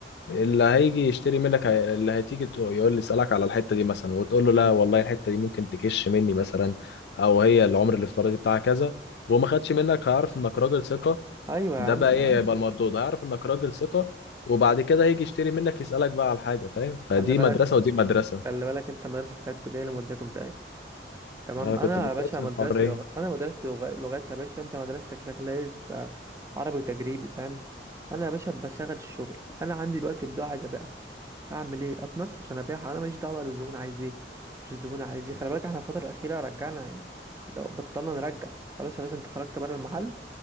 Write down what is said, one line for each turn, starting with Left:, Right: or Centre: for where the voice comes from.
Left: اللي هيجي يشتري منك هي- اللي هتيجي تقول- يقول لي اسالك على الحته دي مثلا وتقول له لا والله الحته دي ممكن تكش مني مثلا او هي العمر الافتراضي بتاعها كذا وهو ما خدش منك هيعرف انك راجل ثقه
Right: ايوه يا
Left: ده
Right: عم
Left: بقى ايه
Right: ايوه
Left: يبقى المردود هيعرف انك راجل ثقه وبعد كده هيجي يشتري منك يسالك بقى على حاجه فاهم فدي
Right: خلي بالك
Left: مدرسه ودي مدرسه
Right: خلي بالك انت المدرسة بتاعتكوا دي اللي مودياكوا في داهية تمام
Left: انا كنت
Right: انا
Left: في مدرسه
Right: يا باشا مدرستي
Left: الحريه
Right: لغ... انا مدرستي لغ... لغات يا باشا انت مدرستك شكلها إيه؟ س- عربي وتجريبي فاهم انا يا باشا بشغل الشغل انا عندي دلوقتي بضاعة عايز ابيعها اعمل ايه اتنطش عشان ابيعها انا ماليش دعوه بقى الزبون عايز ايه مش الزبون عايز ايه خلي بالك احنا الفتره الاخيره رجعنا يعني لو بطلنا نرجع خلاص يا باشا انت خرجت بره المحل